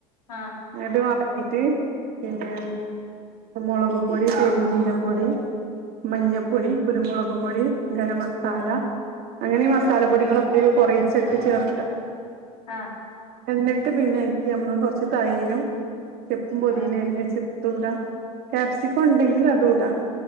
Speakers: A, on the left; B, on the right.
A: ആഹ്
B: എന്നിട്ട് വടിട്ട് പിന്നെ മുളക് പൊടിം പെരിഞ്ചീരം പൊടി മഞ്ഞപ്പൊടി കുരുമുളക് പൊടി ഗരാമസാല അങ്ങനെ മസാലപ്പൊടികളൊക്കെ കൊറേചാറട്ട് ചേർക്കാം
A: ആഹ്
B: എന്നിട്ട് പിന്നയ്ക്ക നമ്മള് കൊർച്ച് തൈരും ചെപ്പും
A: ആ
B: പൊതീനിം എരിഞ്ഞെച്ച തൂടാ ക്യാപ്സിക്കം ഇണ്ടെങ്കില് അതൂടാ